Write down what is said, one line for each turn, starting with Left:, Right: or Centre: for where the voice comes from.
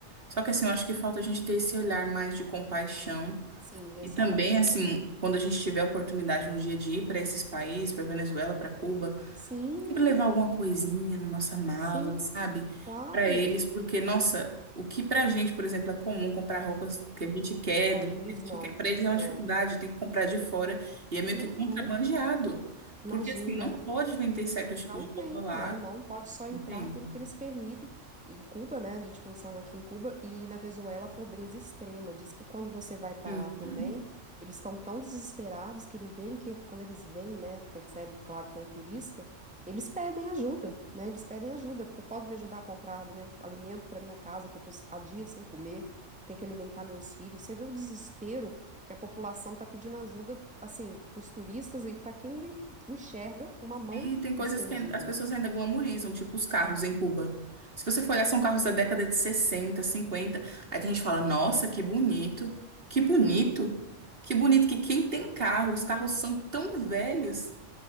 Right: Só que assim, eu acho que falta a gente ter esse olhar mais de compaixão.
Centre: Sim, exato.
Right: E também, assim, quando a gente tiver a oportunidade um dia de ir para esses países, para Venezuela, para Cuba,
Centre: Sim,
Right: sempre levar alguma coisinha na nossa mala,
Centre: sim,
Right: sabe?
Centre: claro.
Right: Pra eles, porque, nossa, o que pra gente, por exemplo, é comum comprar roupas que a gente quer,
Centre: Para
Right: do
Centre: eles
Right: jeito que
Centre: não.
Right: a gente quer, pra eles é uma
Centre: É,
Right: dificuldade, tem que comprar de fora e é meio
Centre: não
Right: que contrabandeado.
Centre: é. Imagina.
Right: Porque assim, não pode vender certos tipos
Centre: Não
Right: de
Centre: tem,
Right: roupa lá,
Centre: não, não. Pode só entrar
Right: entende?
Centre: aquilo que eles permitem. E em Cuba, né? A gente pensando aqui em Cuba e na Venezuela, a pobreza extrema. Diz que quando você vai para
Right: Uhum.
Centre: lá também, eles estão tão desesperados que ele vem que quando eles vêm, né? Percebe, claro, que é um turista, eles pedem ajuda, né? Eles pedem ajuda. Você pode me ajudar a comprar alimento, alimento para minha casa, que eu tô há dias sem comer, tenho que alimentar meus filhos. Você vê o desespero que a população tá pedindo ajuda, assim, para os turistas e para quem ele enxerga uma mão
Right: E tem coisas
Centre: estendida.
Right: que as pessoas ainda glamorizam, tipo os carros em Cuba. Se você for olhar, são carros da década de sessenta cinquenta Aí tem gente que fala, nossa, que bonito, que bonito, que bonito que quem tem carro, os carros são tão velhos.